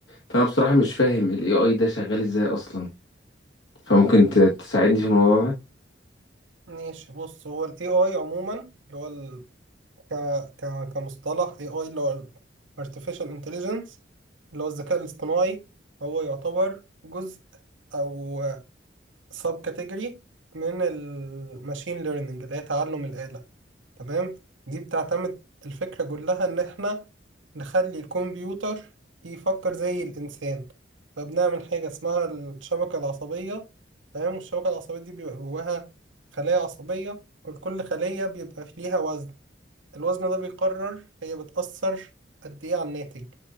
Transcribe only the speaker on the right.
ماشي بص هو ال AI عموما اللي هو ال... ك... ك... كمصطلح AI اللي هو ال Artificial Intelligence اللي هو الذكاء الاصطناعي هو يعتبر جزء أو sub category من ال Machine Learning اللي هي تعلم الآلة تمام دي بتعتمد الفكرة كلها إن إحنا نخلي الكمبيوتر يفكر زي الإنسان فبنعمل حاجة اسمها الشبكة العصبية تمام والشبكة العصبية دي بيبقى جواها خلايا عصبية ولكل خلية بيبقى ليها وزن الوزن ده بيقرر هي بتأثر قد إيه على الناتج